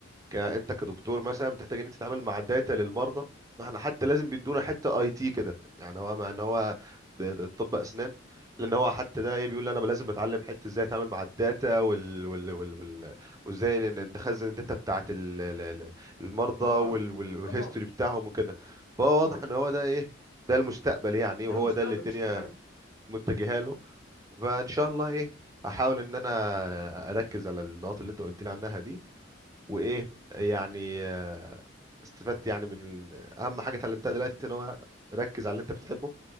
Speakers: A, on the right (about 20°); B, on the left (about 80°).
A: ك- انت كدكتور مثلا بتحتاج ان انت تتعامل مع داتا للمرضى فاحنا حتى لازم بيدونا حته اي تي كده يعني هو مع ان هو د- طب اسنان لان هو حتى ده ايه بيقول لي انا لازم اتعلم حته ازاي اتعامل مع الداتا وال وال وال وال وازاي ن- نخزن الداتا بتاعه ال- ال- ال- المرضى
B: طبعا
A: وال وال والهيستوري
B: طبعا
A: بتاعهم وكده فهو
B: طبعا
A: واضح ان هو ده ايه ده المستقبل يعني
B: ده
A: وهو
B: المستقبل
A: ده اللي الدنيا
B: بشكل عام
A: متجهه له فان شاء الله ايه احاول ان انا اركز على النقاط اللي انت قلت لي عنها دي وايه يعني آه، استفدت يعني من ال- اهم حاجه اتعلمتها دلوقتي ان هو ركز على اللي انت بتحبه